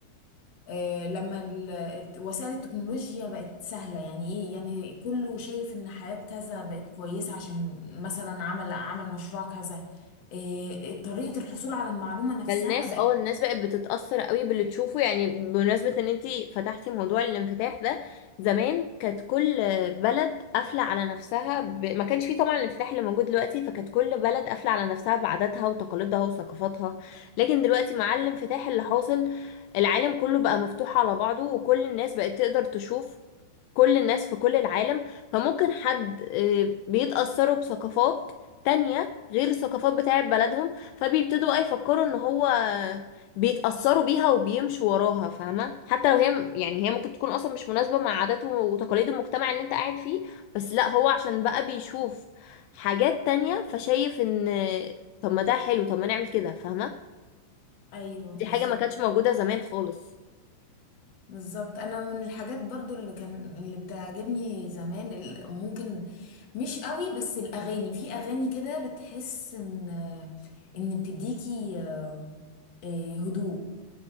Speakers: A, on the left; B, on the left.
A: آه، لما ال- الت- وسائل التكنولوجيا بقت سهله يعني ايه يعني كله شايف ان حياه كذا بقت كويسه عشان مثلا عمل عمل مشروع كذا إيه، طريقه الحصول على المعلومه نفسها
B: فالناس
A: بقت
B: اه الناس بقت بتتأثر قوي باللي تشوفه يعني بمناسبة ان انتي فتحتي موضوع الانفتاح ده زمان كانت كل بلد قافلة على نفسها ب... ما كانش فيه طبعا الانفتاح اللي موجود دلوقتي فكانت كل بلد قافلة على نفسها بعاداتها وتقاليدها وثقافاتها لكن دلوقتي مع الانفتاح اللي حاصل العالم كله بقى مفتوح على بعضه وكل الناس بقت تقدر تشوف كل الناس في كل العالم فممكن حد آه، بيتأثروا بثقافات تانية غير الثقافات بتاعة بلدهم فبيبتدوا بقى يفكروا ان هو بيتأثروا بيها وبيمشوا وراها فاهمة حتى لو هي يعني هي ممكن تكون اصلا مش مناسبة مع عاداته وتقاليد المجتمع اللي انت قاعد فيه بس لا هو عشان بقى بيشوف حاجات تانية فشايف ان طب ما ده حلو طب ما نعمل كده فاهمة
A: ايوه
B: دي
A: بالظبط
B: حاجة ما كانتش موجودة زمان خالص
A: بالظبط انا من الحاجات برضو اللي كان اللي بتعجبني زمان ال- ممكن مش قوي بس الاغاني في اغاني كده بتحس ان ان بتديكي آه، آه، هدوء